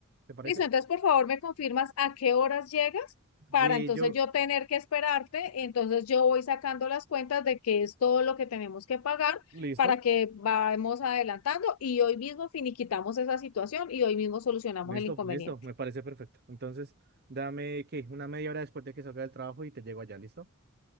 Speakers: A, on the right (about 50°); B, on the left (about 85°).
A: ¿Te parece?
B: Listo, entonces por favor me confirmas a qué horas llegas para
A: Sí,
B: entonces
A: yo,
B: yo tener que esperarte. Entonces yo voy sacando las cuentas de qué es todo lo que tenemos que pagar
A: listo,
B: para que vayamos adelantando y hoy mismo finiquitamos esa situación y hoy mismo solucionamos
A: listo,
B: el inconveniente.
A: listo, me parece perfecto. Entonces, dame, ¿qué? Una media hora después de que salga del trabajo y te llego allá, ¿listo?